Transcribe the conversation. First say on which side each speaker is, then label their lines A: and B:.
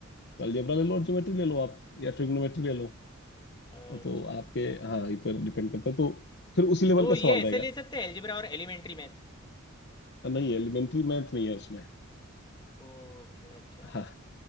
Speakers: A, on the left; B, on the left.
A: तो अलजेब्रा ले लो और ज्योमेट्री ले लो आप या ट्रिग्नोमेट्री ले लो
B: अच्छा
A: वो तो आपके हाँ ये पर डिपेंड करता है तो फिर उसी लेवल
B: तो
A: का
B: ये
A: सवाल
B: ऐसे
A: रहेगा
B: ले सकते हैं अलजेब्रा और एलिमेंट्री मैथ
A: हाँ, नहीं एलिमेंट्री मैथ नहीं है उसमें
B: ओके अच्छा
A: हाँ